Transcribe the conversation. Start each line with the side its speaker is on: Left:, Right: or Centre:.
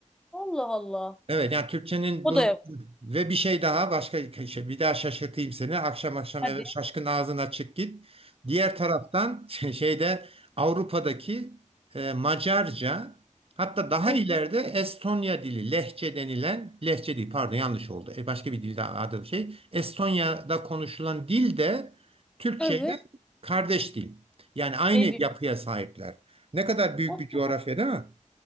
Centre: Allah Allah.
Right: Evet yani Türkçenin
Centre: O
Right: bu
Centre: da yok.
Right: ve bir şey daha başka şey bir daha şaşırtayım seni. Akşam akşam
Centre: Hadi.
Right: eve şaşkın ağzın açık git. Diğer taraftan <laughs> şeyde Avrupa'daki e, Macarca hatta daha
Centre: Evet.
Right: ileride Estonya dili lehçe denilen lehçe değil pardon yanlış oldu. E, başka bir dilde adı bir şey. Estonya'da konuşulan dil de Türkçe
Centre: Evet.
Right: ile kardeş dil. Yani aynı
Centre: Ne diyor?
Right: yapıya sahipler. Ne kadar büyük
Centre: Allah
Right: bir coğrafya
Centre: Allah.
Right: değil mi?